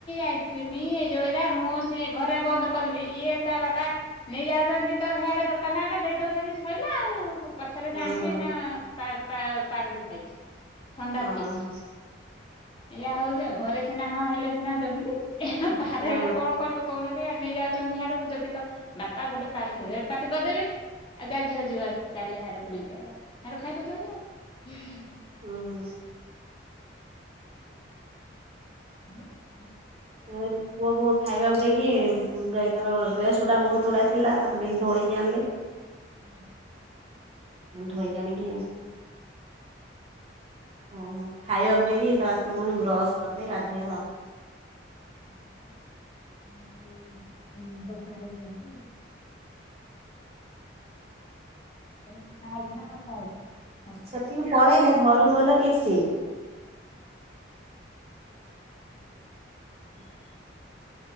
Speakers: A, on the left; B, on the right.
A: ଆଇସ୍କ୍ରିମ ଏଇ ଯୋଉ ଏରା ମୁଁ ସେ ଘରେ ବନ୍ଦ କରିବି ଇଏ ତା ବାବା ନେଇ ଯାଉଚନ୍ତି ତ ହ୍ୟାଡେ ଦୋକାନ ଆଡେ ଦେଇ ଦୋଉଚନ୍ତି ସଇଲା ଆଉ ମୁଁ ପଛରେ
B: ହୁଁ
A: ଜାଣିବି ନା ପା ପା ପାରୁଟି ଖାଇଚି ଥଣ୍ଡା
B: ହଁ
A: ପିଇଚି।
B: ହଁ
A: ଏଇଆ ହୋଉଚି ଆଉ ଘରେ ସିନା ହଁ ହେଲେ ସିନା ଜଗିବି ଏ ବାହାରେ
B: ହୁଁ
A: ହେଲେ କଣ କରିବୁ କୋଉ ନାହାନ୍ତି ନେଇଯାଉ। ଚନ୍ତି ହ୍ୟାଡକୁ ଯଦି କ ବାପା ଗୋଟେ ପାରୁଟି ମୁଁ ହେଟୁ ପାଟି କରିଦେବି ଆଉ ଚାଲ୍ ଝିଅ ଯିବା ଚାଲେ ହ୍ୟାଡେ ବୁଲିକି ଆଇବା ହ୍ୟାଡୁ ଖାଇଦୋଉଚନ୍ତି ଆଉ।
B: ଉଁ ହୁଁ।
A: ହୋଉ
B: ସେ ଏଠୁ ପୁଅ। <unintelligible> ଖାଇବାକୁ ଦେଇକି ଏ ଉଁ ଯାଇକି ତାର ଡ୍ରେସପଟା ବୋହୁତ ଗୁଡ଼ାଏ ଥିଲା ତାକୁ ନେଇକି ଧୋଇକି ଆଣଲେ।
A: ଉଁହୁଁ।
B: ଧୋଇକି ଆଣି କି <inaudible> ଖାଇବାକୁ ଦେଇକି ତ ଆସିବୁ <unintelligible> ବ୍ରସ୍ କରିଦେଇ ଗାଧେଇବ।
A: <inaudible> <unintelligible> ଆଇଚି ନା କଥା <unintelligible>
B: ସେଠିକୁ ପଳେଇଲେ ଘରୁକୁ ଗଲେ ଟିକେ ଫ୍ରି।
A: ଅହ।
B: ହଁ। <unintelligible>